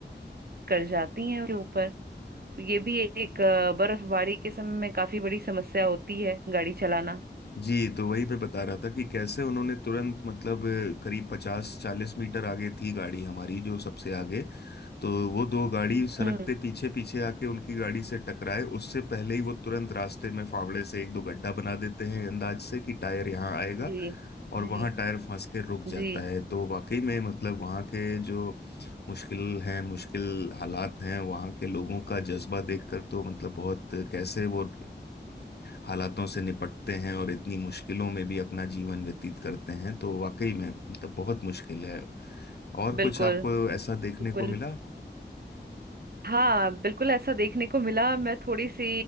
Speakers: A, on the right; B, on the left.
A: कर जाती हैं उसके ऊपर तो ये भी एक अ, बर्फबारी के समय में काफी बड़ी समस्या होती है गाड़ी चलाना
B: जी तो वही मैं बता रहा था कि कैसे उन्होंने तुरंत मतलब अ, करीब पचास चालीस मीटर आगे थी गाड़ी हमारी जो सबसे आगे तो वो दो गाड़ी सरकते
A: हम्म
B: पीछे पीछे आके उनकी गाड़ी से टकराए उससे पहले ही वो तुरंत रास्ते में फावड़े से एक दो गड्ढा बना देते हैं अंदाज से कि टायर यहाँ आएगा
A: जी
B: और
A: जी
B: वहाँ टायर फंस के रुक जाता
A: जी
B: है तो वाकई में मतलब वहाँ के जो मुश्किल हैं मुश्किल हालात हैं वहाँ के लोगों का जज्बा देखकर तो मतलब बहुत कैसे वो हालातों से निपटते हैं और इतनी मुश्किलों में भी अपना जीवन व्यतीत करते हैं तो वाकई में मतलब बहुत मुश्किल है और
A: बिल्कुल
B: कुछ आपको ऐसा देखने
A: बिल्कुल
B: को मिला
A: हाँ बिल्कुल ऐसा देखने को मिला मैं थोड़ी सी